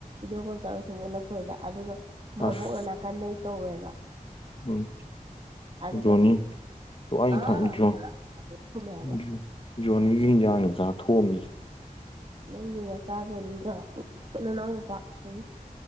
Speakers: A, on the right; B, on the left.
A: ꯏꯦꯒꯣꯜ ꯇꯔ ꯁꯨꯝ ꯑꯣꯂꯛꯄꯗ ꯑꯗꯨꯒ ꯃꯕꯣꯛꯅ
B: ꯑꯁ
A: ꯅꯥꯀꯟꯗꯩ ꯀꯧꯋꯦꯕ
B: ꯎꯝ
A: ꯑꯗꯨꯒ
B: ꯖꯣꯅꯤ <unintelligible>
A: ꯑꯥ ꯈꯨꯝꯃꯦ ꯍꯥꯏꯕ
B: ꯖꯣꯅꯤꯒꯤ ꯍꯥꯟꯖꯥꯡ ꯅꯤ ꯆꯥꯊꯣꯛꯑꯝꯃꯤ
A: ꯅꯪꯒꯤ ꯃꯆꯥꯖꯣꯅꯤꯗꯣ ꯅꯅꯥꯎꯅꯨꯄꯥ ꯁꯣꯔꯤ